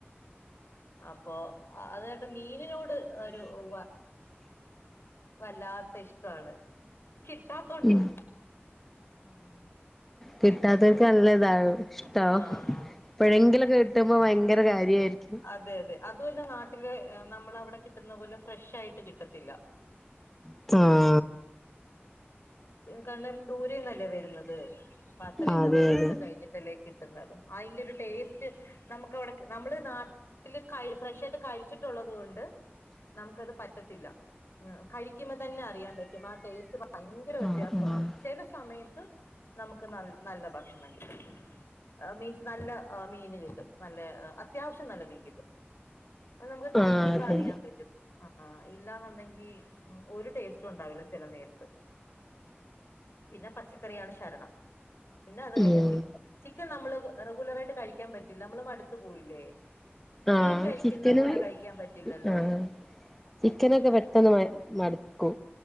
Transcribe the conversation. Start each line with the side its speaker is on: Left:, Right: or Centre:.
Left: അപ്പൊ അതാട്ട് മീനിനോട് ഒരു വ വല്ലാത്ത ഇഷ്ടാണ് കിട്ടാത്തോണ്ടേ
Centre: ഉം കിട്ടാത്തോൽക്ക്
Left: റെഗുലർ
Centre: നല്ല ഇതാ ഇഷ്ടാ
Left: ആഹ്
Centre: എപ്പഴെങ്കിലൊക്കെ കിട്ടുമ്പോ ഭയങ്കര കാര്യായിരിക്കും
Left: അതെ അതെ അതുവല്ല നാട്ടില് നമ്മളെ അവിടെ കി ട്ടുന്ന പോലെ ഫ്രഷ് ആയിട്ട് കിട്ടത്തില്ല
Centre: താ
Left: കാരണം ദൂരേന്നല്ലേ വരുന്നത് അത്രയും
Centre: അതെ
Left: ദെവസങ്ങള്
Centre: അതെ
Left: കഴിഞ്ഞിട്ടല്ലേ കിട്ടുന്നത് അഴിന്റെ ഒരു ടേസ്റ്റ് നമുക്ക് അവടെ നമ്മള് നാട്ടില് ക ഫ്രഷ് ആയിട്ട് കഴിച്ചിട്ടുള്ളത് കൊണ്ട് നമുക്ക അത് പറ്റത്തില്ല ങാ കഴിക്കുമ്പോ തന്നെ അറിയാം പറ്റും ആ ടേസ്റ്റ് ഭയങ്കര വ്യത്യാസാണ്
Centre: ആഹ് ആഹ്
Left: ചെല സമയത്ത് ക്ക് ന നല്ല ഭക്ഷണം കിട്ടും മീൻസ് നല്ല മീന് കിട്ടും നല്ല അത്യാവശ്യം നല്ല മീൻ കിട്ടും അത് നമുക്ക് കഴിക്കുമ്പ
Centre: ആഹ് അതെ
Left: അറിയാം പറ്റും ആ ഹാ ഇല്ലാന്നുണ്ടെങ്കി ഒരു ടേസ്റ്റും ഉണ്ടാവില്ല ചെല നേര്ത്ത് പിന്നെ പച്ചക്കറിയാണ് ശരണം പിന്നെ അത് കഴിഞ്ഞാ
Centre: ഉം
Left: ചി ചിക്കൻ നമ്മള് റെഗുലർ ആയിട്ട് കഴിക്കാൻ പറ്റില്ല നമ്മള് മടുത്ത് പോവില്ലേ
Centre: ആഹ്
Left: മീൻ കഴിക്കുന്ന
Centre: ചിക്കന്
Left: പോലെ കഴിക്കാം പറ്റില്ലല്ലോ
Centre: ആഹ് ചിക്കനൊക്കെ പെട്ടെന്ന് മ മടുക്കൂ